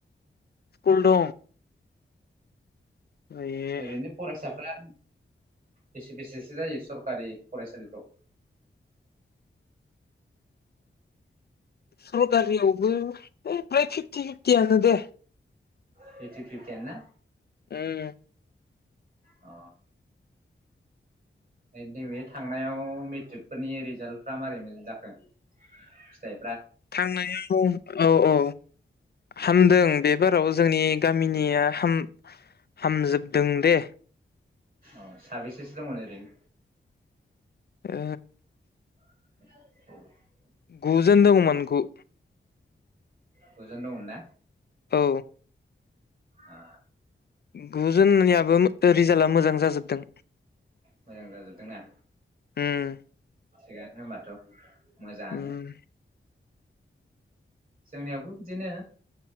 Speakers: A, on the left; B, on the right.
A: स्कुल दं ओमफ्राय
B: ओरैनो फरायसाफ्रा बेसे बेसेसो जायो सरखारि फरायसालिफ्राव
A: सरकारियावबो फ्राय फिफ्टि फिफ्टियानो दे
B: फिफ्टि फिफ्टियानो ना।?
A: उम
B: अ नैबे थांनायाव मेट्रिकफोरनि रिजाल्टफ्रा माबारै जाखो फिथाइ
A: थांनायाव औ औ हामदों बे बाराव जोंनि गामिनिया हाम हामजोबदों दे।
B: औ साबेसेसो दंमोन ओरैनो।
A: ओ
B: <unintelligible>
A: गुजोन दंमोन गु
B: गुजोन दंमोन ना?
A: औ
B: ओ
A: गुजोननियाबो रिजाल्टआ मोजां जाजोबदों
B: मोजां जाजोबदोंना?
A: होम
B: थिगानो होमबाथ। मोजाङानो।
A: उम
B: जोंनियावबो बिदिनो